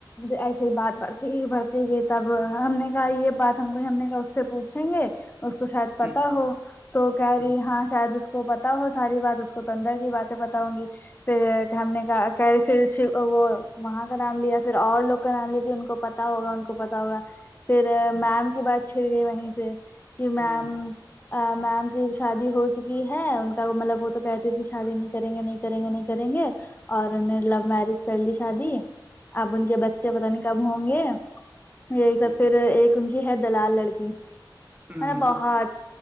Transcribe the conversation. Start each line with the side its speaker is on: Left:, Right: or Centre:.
Left: ایسے ہی بات بڑھتی بڑھتی گ تب ہم نے کہا یہ بات ہم کو ہم نے اس سے پوچھیں گے اس کو شاید
Right: ہ
Left: پتا
Right: ہ
Left: ہو تو کہہ
Right: ہ
Left: رہی ہاں شاید اس کو پتا ہو ساری بات اس کو تو اندر باتیں بتاؤں گی پھر ہم نے کہ کہ وہ وہاں کا نام لیا پھر اور لوگ کا نام ل کہ ان کو پتا پ ہوگا ان کو پتا ہوگا پھر میم کی بات چھڑ گئی وہیں سے کہ میم
Right: ہ
Left: ا میم کی شادی ہو چکی ہے ان کا مطلب وہ تو کہتی تھی شادی نہیں کریں گے نہیں کریں گے نہیں کریں گے اور نے لو میرج کر لی شادی اب ان کے بچے پت نہیں کب ہوں گے یہی سب پھر ایک ان کی ہے دلال لڑکی مطلب
Right: ہ ہ
Left: بہت